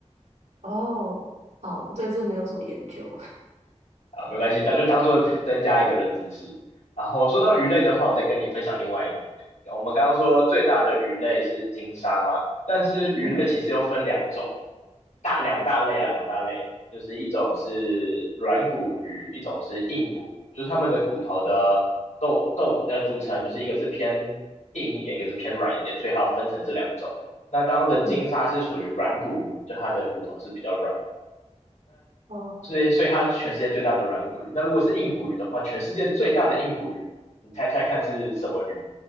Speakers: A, on the right (about 75°); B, on the left (about 80°).
A: 哦，好，我对这个没有什么研究，
B: 啊，没关系，那就当做增加一个冷知识。然后说到鱼类的话，我再跟你分享另外一个。我们刚刚说最大的鱼类是鲸鲨嘛，但是鱼类其实又分两种，
A: <laughs> 嗯
B: 大两大类啊，两大类，就是一种是软骨鱼，一种是硬骨鱼，就是它们的骨头的构构呃组成，就是一个是偏硬一点，一个是偏软一点，所以还要分成这两种。那刚刚的鲸鲨是属于软骨鱼，
A: 嗯，
B: 就它的骨头是比较软，
A: 哦，
B: 所以所以它是全世界最大的软骨鱼。那如果是硬骨鱼的话，全世界最大的硬骨鱼，你猜猜看是什么鱼？